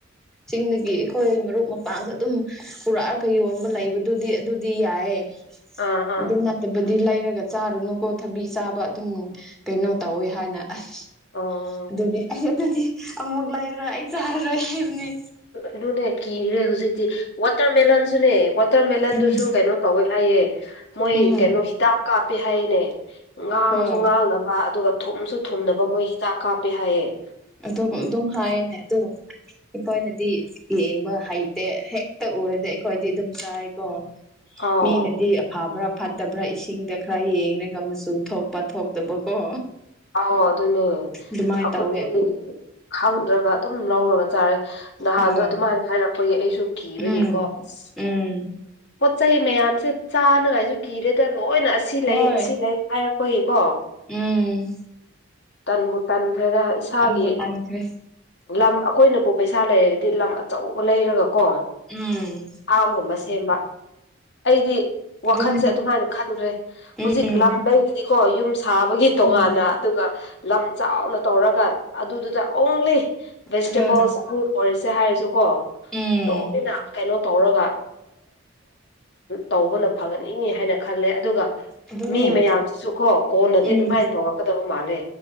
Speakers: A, in the centre; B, on the left.
A: ꯆꯤꯡꯒꯤ ꯑꯩꯈꯣꯏ ꯃꯔꯨꯞ ꯃꯄꯥꯡꯁꯨ ꯑꯗꯨꯝ ꯄꯨꯔꯛꯑꯒ ꯌꯣꯟꯕ ꯂꯩꯕꯗꯨꯗꯤ ꯑꯗꯨ ꯌꯥꯌꯦ
B: ꯑꯥ ꯑꯥ
A: <unintelligible> ꯇꯕꯗꯤꯂ ꯍꯥꯏꯔꯒ ꯆꯥꯔꯨꯅꯨꯀꯣ ꯊꯕꯤ ꯆꯥꯕ ꯑꯗꯨꯝ ꯀꯩꯅꯣ ꯇꯧꯋꯦ ꯍꯥꯏꯅ ꯑꯁ
B: ꯑꯣ
A: ꯑꯗꯨꯗꯤ ꯑꯩ ꯑꯗꯨꯗꯤ ꯑꯃꯨꯛ ꯂꯩꯔꯣꯏ ꯑꯩ ꯆꯥꯔꯔꯣꯏ ꯍꯥꯏꯕꯅꯤ
B: ꯑꯗꯨꯅꯦ ꯀꯤꯔꯦ ꯍꯧꯖꯤꯛꯇꯤ ꯋꯥꯇꯔꯃꯦꯂꯟꯁꯨꯅꯦ ꯋꯥꯇꯔꯃꯦꯂꯟꯗꯨꯁꯨ
A: ꯎꯝ
B: ꯀꯩꯅꯣ ꯇꯧꯋꯦ ꯍꯥꯏꯌꯦ ꯃꯣꯏ
A: ꯎꯝ
B: ꯀꯩꯅꯣ ꯍꯤꯗꯥꯛ ꯀꯥꯞꯄꯦ ꯍꯥꯏꯌꯦꯅꯦ ꯉꯥꯡꯁꯨ
A: ꯍꯣꯏ
B: ꯉꯥꯡꯕ ꯊꯨꯝꯁꯨ ꯊꯨꯝꯅꯕ ꯃꯣꯏ ꯍꯤꯗꯥꯛ ꯀꯥꯞꯄꯦ ꯍꯥꯏꯌꯦ
A: ꯑꯗꯨ ꯑꯗꯨꯝ ꯍꯥꯏꯅꯦ ꯇ ꯑꯩꯈꯣꯏꯅꯗꯤ ꯌꯦꯡꯕ ꯍꯩꯇꯦ ꯍꯦꯛꯇ ꯎꯔꯗ ꯑꯩꯈꯣꯏꯗꯤ ꯑꯗꯨꯝ ꯆꯥꯏꯀꯣ
B: ꯑꯥꯎ
A: ꯃꯤꯅꯗꯤ ꯑꯐꯕ꯭ꯔꯥ ꯐꯠꯇꯕ꯭ꯔꯥ ꯏꯁꯤꯡꯗ ꯈꯔ ꯌꯦꯡꯉꯒ ꯃꯆꯨ ꯊꯣꯛꯄ ꯊꯣꯛꯇꯕꯀꯣ
B: ꯑꯥꯎ ꯑꯗꯨꯅꯦ
A: ꯑꯗꯨꯃꯥꯏꯅ
B: ꯑꯩꯈꯣꯏꯗꯤ
A: ꯇꯧꯋꯦ
B: ꯈꯪꯗ꯭ꯔꯒ ꯑꯗꯨꯝ ꯂꯧꯔꯒ ꯆꯥꯔꯦ ꯅꯍꯥꯟꯗꯣ
A: ꯍꯣꯏ
B: ꯑꯗꯨꯃꯥꯏꯅ ꯍꯥꯏꯔꯛꯄꯒꯤ ꯑꯩꯁꯨ ꯀꯤꯕꯒꯤꯀꯣ
A: ꯎꯝ
B: ꯑꯁ
A: ꯎꯝ
B: ꯄꯣꯠ ꯆꯩ ꯃꯌꯥꯝꯁꯦ ꯆꯥꯅꯉꯥꯏꯁꯨ ꯀꯤꯔꯦꯗ ꯂꯣꯏꯅ ꯑꯁꯤ ꯂꯩ
A: ꯍꯣꯏ
B: ꯑꯁꯤ ꯂꯩ ꯍꯥꯏꯔꯛꯄꯒꯤꯀꯣ
A: ꯎꯝ
B: ꯇꯟꯕꯨ ꯇꯟꯈ꯭ꯔꯦꯒ ꯏꯁꯥꯒꯤ
A: ꯇꯟꯕꯨ ꯇꯟꯈ꯭ꯔꯦ
B: ꯂꯝ ꯑꯩꯈꯣꯏꯅꯕꯨ ꯄꯩꯁꯥ ꯂꯩꯔꯗꯤ ꯂꯝ ꯑꯆꯧꯕ ꯂꯩꯔꯒ ꯀꯣ
A: ꯎꯝ
B: ꯑꯥꯝꯒꯨꯝꯕ ꯁꯦꯝꯕ ꯑꯩꯗꯤ
A: ꯑꯗꯨꯅꯦ
B: ꯋꯥꯈꯟꯁꯦ ꯑꯗꯨꯃꯥꯏꯅ ꯈꯟꯈ꯭ꯔꯦ
A: ꯎꯝ
B: ꯍꯧꯖꯤꯛ ꯂꯝ ꯂꯩꯔꯗꯤꯀꯣ ꯌꯨꯝ ꯁꯥꯕꯒꯤ ꯇꯣꯉꯥꯟꯅ
A: ꯍꯣꯏ
B: ꯑꯗꯨꯒ ꯂꯝ ꯆꯥꯎꯅ ꯇꯧꯔꯒ ꯑꯗꯨꯗꯨꯗ ꯑꯣꯡꯂꯤ ꯚꯦꯖꯤꯇꯦꯕꯜꯁ
A: ꯍꯣꯏ
B: ꯐ꯭ꯔꯨꯠ ꯑꯣꯏꯔꯤꯁꯦ ꯍꯥꯏꯔꯁꯨ ꯀꯣ
A: ꯎꯝ
B: ꯂꯣꯏꯅ ꯀꯩꯅꯣ ꯇꯧꯔꯒ ꯇꯧꯕꯅ ꯐꯒꯠꯅꯤꯡꯉꯤ ꯍꯥꯏꯅ ꯈꯜꯂꯦ ꯑꯗꯨꯒ
A: ꯑꯗꯨꯅꯦ
B: ꯃꯤ ꯃꯌꯥꯝꯁꯤꯁꯨ ꯀꯣ ꯀꯣꯟꯅꯗꯤ
A: ꯎꯝ
B: ꯑꯗꯨꯝꯍꯥꯏꯅ ꯐꯧꯔꯛꯀꯗꯕ ꯃꯥꯜꯂꯦ